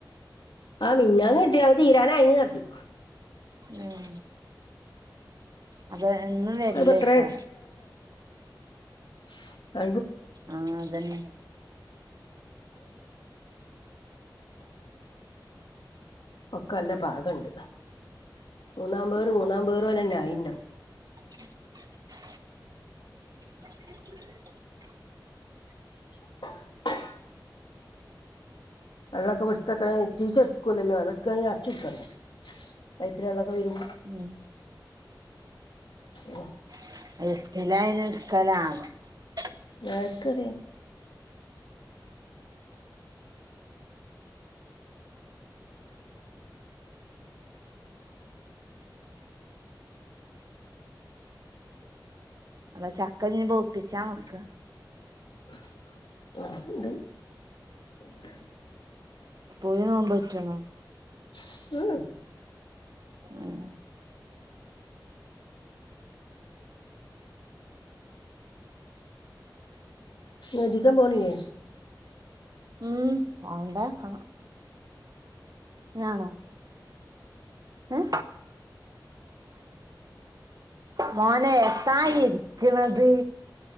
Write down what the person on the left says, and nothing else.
ആ മിന്നാന്ന് കിട്ടിയത് തീരാനായിന്ന് നിർത്തി
അതിപ്പോ എത്ര
<unintelligible> <unintelligible>
ഒക്കല്ല പാകണ്ട് മൂന്നാം പേർ മൂന്നാം പേറേ ലെന്നെ ആയിണ്ടാവും
<unintelligible> വെള്ളൊപ്പ ഏടുത്തകാനങ്കിൽ ഉറ്റിച്ച എടുക്കൂല്ലലോ അത് എടുക്കാനെങ്കിൽ നരച്ചു എടുക്കണ്ടേ പൈപ്പിലെ വെള്ളം ഇപ്പ വരും
<unintelligible> ഓ
ആർക്കറിയ
<inaudible>
<unintelligible>
അജിത്താ പോണില്ലേ